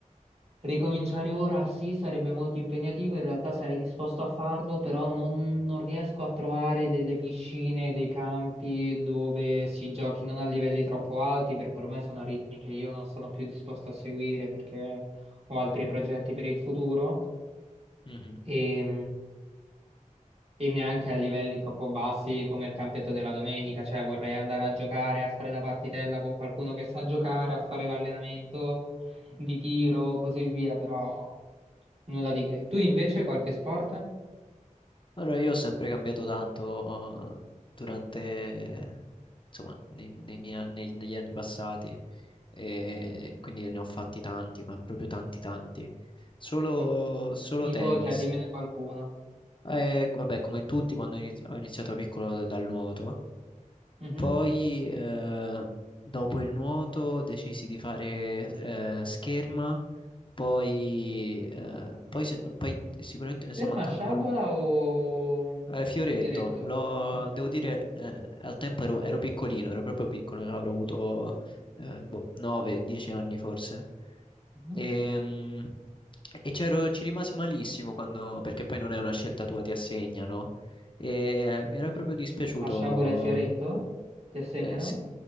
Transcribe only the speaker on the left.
Mhm.
Allora, io ho sempre cambiato tanto eh, durante, insomma, nei- nei miei anni- negli anni passati, e quindi ne ho fatti tanti, ma proprio tanti, tanti. Solo,
solo
tennis.
Eh, vabbè, come tutti, quando inizi- ho iniziato piccolo dal nuoto,
Poi, eh, dopo il nuoto, decisi di fare eh, scherma, poi, eh, poi se no- poi sicuramente ne
sto mancando
qualcuno.
Eh, Fioretto,
lo-
devo dire, eh, al tempo ero, ero piccolino, ero proprio piccolo, avrò avuto eh, boh, 9-10 anni forse.
Ehm, E, c'ero- ci rimasi malissimo quando, perché poi non è una scelta tua, ti assegnano. E mi era proprio dispiaciuto
eh, sì,